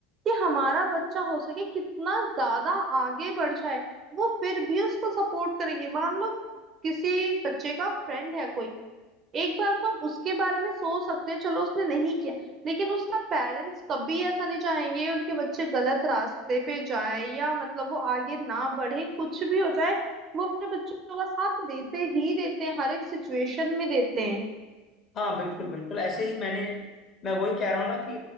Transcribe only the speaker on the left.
हाँ बिल्कुल बिल्कुल ऐसे ही मैंने मैं वही कह रहा हूँ ना कि